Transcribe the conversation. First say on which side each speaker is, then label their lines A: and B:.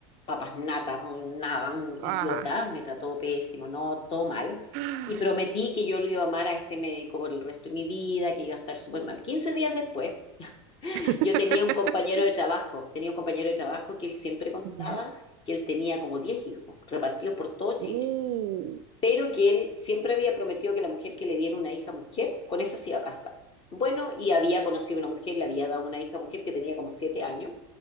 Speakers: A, on the left; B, on the right.
A: papas nata, un nada, un
B: Ah.
A: idiota, me trató pésimo, no, todo mal.
B: Ah.
A: Y prometí que yo lo iba a amar a este médico por el resto de mi vida, que iba a estar súper mal. 15 días después,
B: <laughs>
A: yo tenía un compañero de trabajo, tenía un compañero de trabajo que él siempre contaba
B: Ya.
A: que él tenía como 10 hijos, repartidos por todo Chile
B: Uh,
A: pero que él siempre había prometido que la mujer que le diera una hija mujer, con esa se iba a casar. Bueno, y había conocido una mujer, le había dado una hija mujer que tenía como siete años,